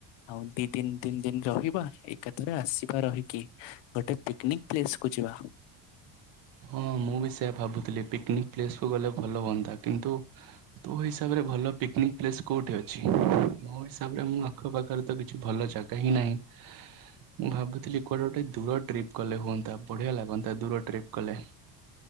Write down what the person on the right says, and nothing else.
ହଁ ମୁଁ ବି ସେୟା ଭାବୁଥିଲି ପିକନିକ ପ୍ଲେସକୁୁ ଗଲେ ଭଲ ହୁଅନ୍ତା କିନ୍ତୁ ତୋ ହିସାବରେ ଭଲ ପିକନିକ୍ ପ୍ଲେସ୍ କୋଉଠି ଅଛି ମୋ ହିସାବରେ ମୁଁ ଆଖ ପାାଖରେ ତ କିଛି ଭଲ ଜାଗା ହିଁ ନାହିଁ। ମୁଁ ଭାବୁଥିଲି କୁଆଡେ ଗୋଟେ ଦୂର ଟ୍ରିପ କଲେ ହୁଅନ୍ତା ବଢିଆ ଲାଗନ୍ତା ଦୂର ଟ୍ରିପ କଲେ।